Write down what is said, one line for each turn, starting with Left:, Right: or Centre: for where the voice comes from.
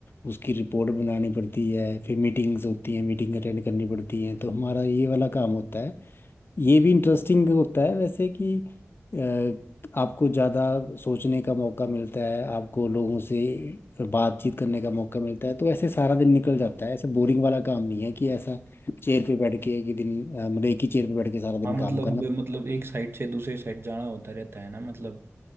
Left: उसकी रिपोर्ट बनानी पड़ती है फिर मीटिंग्स होती हैं मीटिंग अटेंड करनी पड़ती हैं तो हमारा ये वाला काम होता है ये भी इंटरेस्टिंग होता है वैसे कि अ, आपको ज़्यादा सोचने का मौका मिलता है आपको लोगों से बातचीत करने का मौका मिलता है तो ऐसे सारा दिन निकल जाता है ऐसे बोरिंग वाला काम नहीं है कि ऐसा चेयर पे बैठ के कि दिन अ, मतलब एक ही चेयर पे बैठ के सारा दिन
Right: हाँ मतलब
Left: काम करना
Right: मतलब एक साइड से दूसरे साइड जाना होता रहता है ना मतलब